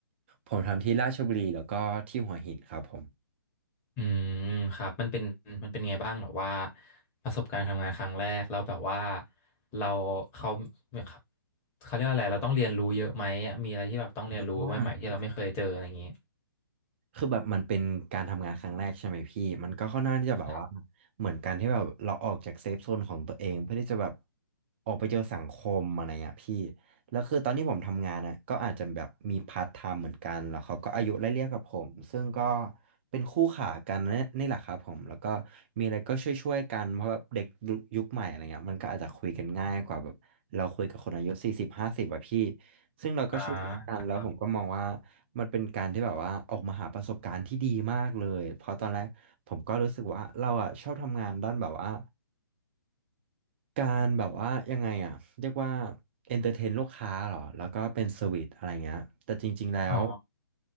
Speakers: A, on the right; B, on the left.
A: ผมทำที่ราชบุรีแล้วก็ที่หัวหินครับผม
B: อืมครับมันเป็นมันเป็นไงบ้างแบบว่าประสบการณ์ทำงานครั้งแรกเราแล้วแบบว่าเราเขาเนี่ยครับเขาเรียกอะไรเราต้องเรียนรู้เยอะไหมมีอะไรที่แบบต้องเรียนรู้ใหม่ๆที่เราไม่เคยเจออะไรอย่างนี้
A: อ่าคือแบบมันเป็นการทำงานครั้งแรกใช่ไหมพี่มันก็ค่อนข้างที่จะแบบว่า
B: ครับ
A: เหมือนการที่แบบเราออกจากเซฟโซนของตัวเองเพื่อที่จะแบบออกไปเจอสังคมอะไรเงี้ยพี่แล้วคือตอนที่ผมทำงานนะก็อาจจะแบบมีพาร์ทไทม์เหมือนกันแล้วเขาก็อายุไล่เลี่ยกับผมซึ่งก็เป็นคู่ขากันนนี่แหละครับผมแล้วก็มีอะไรก็ช่วยๆกันเพราะแบบเด็กยุคใหม่อะไรเงี้ยมันก็อาจจะคุยกันง่ายกว่าแบบเราคุยกับคนอายุสี่สิบห้าสิบอะพี่ซึ่งเราก็ช่วยกันแล้วผมก็มองว่า
B: อ่าครับ
A: มันเป็นการที่แบบว่าออกมาหาประสบการณ์ที่ดีมากเลยเพราะตอนแรกผมก็รู้สึกว่าเราอ่ะชอบทำงานด้านแบบว่าการแบบว่ายังไงอ่ะเรียกว่าเอนเตอร์เทนลูกค้าเหรอแล้วก็เป็นเซอร์วิสอะไรเงี้ยแต่จริงๆแล้ว
B: อ๋อ